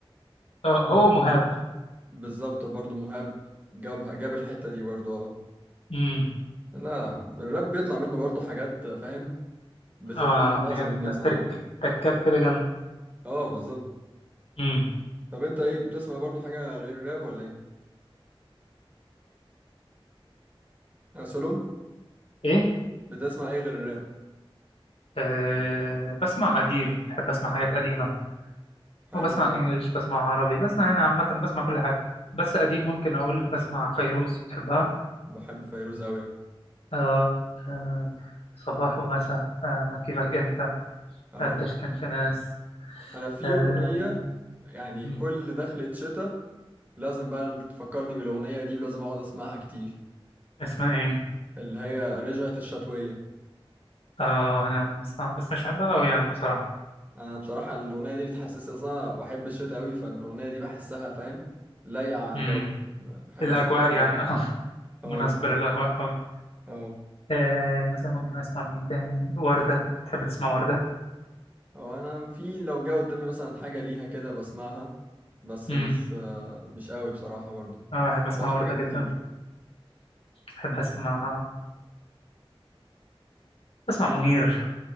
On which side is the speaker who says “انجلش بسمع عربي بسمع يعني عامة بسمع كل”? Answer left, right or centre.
Left